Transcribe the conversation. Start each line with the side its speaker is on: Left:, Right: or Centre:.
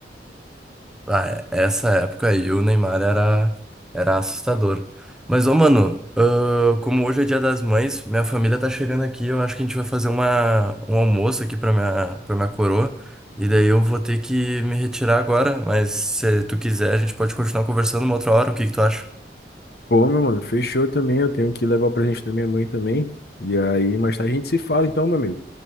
Centre: Ah, é- essa época aí o Neymar era, era assustador. Mas, ô, mano, ah, como hoje é Dia das Mães, minha família tá chegando aqui, eu acho que a gente vai fazer uma, um almoço aqui pra minha, pra minha coroa. E daí eu vou ter que me retirar agora, mas se tu quiser, a gente pode continuar conversando uma outra hora, o que que tu acha?
Left: Pô, meu mano, fechou também. Eu tenho que levar o presente da minha mãe também. E aí, mais tarde a gente se fala então, meu amigo.